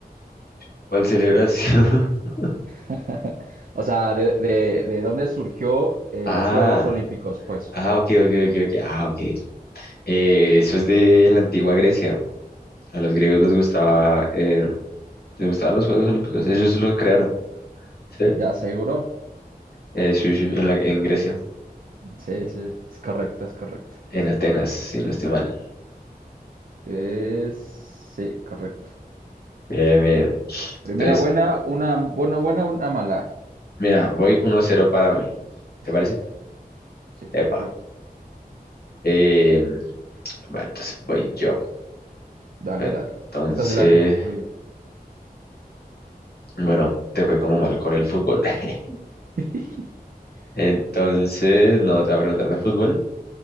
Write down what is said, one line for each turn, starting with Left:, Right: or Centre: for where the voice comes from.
Left: ¿cuál celebración? <laughs>
Right: <laughs> O sea, ¿de, de, de dónde surgió eh,
Left: Ah,
Right: los Juegos Olímpicos? Pues,
Left: ah, ok, ok, ok, ok. Ah, ok. Eh, eso es de la antigua Grecia. A los griegos les gustaba, eh, les gustaban los Juegos Olímpicos. Ellos lo crearon, ¿sí?
Right: ya seguro.
Left: Eh, sí, sí, en la- en Grecia,
Right: Sí, sí, es correcto, es correcto.
Left: en Atenas, si no estoy mal.
Right: Es... Sí, correcto.
Left: Bien, bien.
Right: Primera
Left: Entonces,
Right: buena, una buena, buena, una mala.
Left: mira, voy uno cero para mí. ¿Te
Right: Exacto.
Left: parece?
Right: Sí,
Left: Epa.
Right: correcto.
Left: Eh, bueno, entonces voy yo.
Right: Dale,
Left: Entonces,
Right: dale. Esta se la contesto bien.
Left: bueno, te fue como mal con el fútbol. <laughs>
Right: <laughs>
Left: Entonces,
Right: Dale.
Left: no, te voy a preguntar de fútbol.